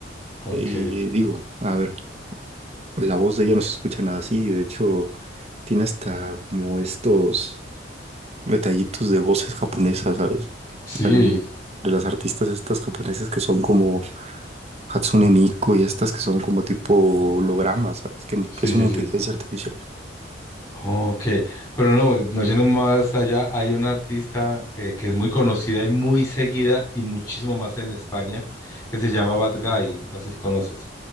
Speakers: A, on the left; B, on the right.
A: ok.
B: Y digo, a ver, la voz de ella no se escucha nada así, de hecho tiene hasta como estos. detallitos de voces japonesas, ¿sabes?
A: Sí,
B: O sea, en- de las artistas estas japonesas que son como Hatsune Miku y estas que son como tipo hologramas, ¿sabes? Que, que
A: sí,
B: es
A: sí,
B: una inteligencia
A: sí.
B: artificial.
A: Ok, pero no, no yendo más allá, hay una artista eh, que es muy conocida y muy seguida y muchísimo más en España, que se llama Bad Guy, no sé si conoces.